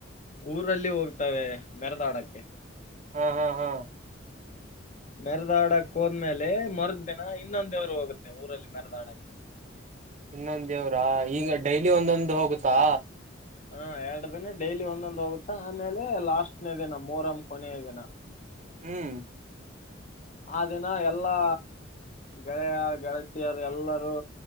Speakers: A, on the left; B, on the right.
A: ಊರಲ್ಲಿ ಹೋಗ್ತವೆ ಮೆರದಾಡಕ್ಕೆ
B: ಹಾ ಹಾ ಹಾ
A: ಮೆರದಾಡಕ್ ಹೋದ್ಮೇಲೆ ಮರ್ದಿನ ಇನ್ನೊ ದೇವ್ರು ಹೋಗುತ್ತೆ ಊರಲ್ಲಿ ಮೆರದಾಡಕ್ಕೆ
B: ಇನ್ನೊಂದ ದೇವ್ರಾ ಈಗ ಡೈಲಿ ಒಂದೊಂದು ಹೋಗುತ್ತಾ
A: ಹಾ ಎರಡ ದಿನ ಡೈಲಿ ಒಂದೊಂದ್ ಹೋಗುತ್ತ ಆಮೇಲೆ ಲಾಸ್ಟ್ನ ದಿನ ಮೂರಮ್ಮ ಕೊನೆಯ ದಿನ
B: ಹ್ಮ್
A: ಆ ದಿನ ಎಲ್ಲಾ ಗೆಳೆಯ ಗೆಳತಿಯರು ಎಲ್ಲರೂ